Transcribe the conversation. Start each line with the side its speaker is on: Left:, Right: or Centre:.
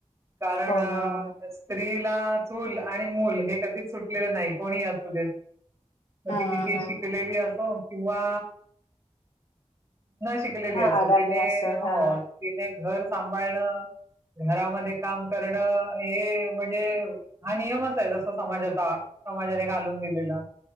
Right: कारण
Left: हो ना हो ना
Right: स्त्री चूल आणि मूल हे कधीच सुटलेलं नाही कोणी अस दे क
Left: हा
Right: ती किती
Left: हा.
Right: शिकलेली असो किंवा शिकलेली
Left: हा
Right: असो
Left: अडाणी
Right: तिने
Left: असं हा
Right: तिने घर सांभाळणं घरामध्ये काम करणं हे म्हणजे हा नियमच आहे जस समाजाचा समाजाने घालून दिलेला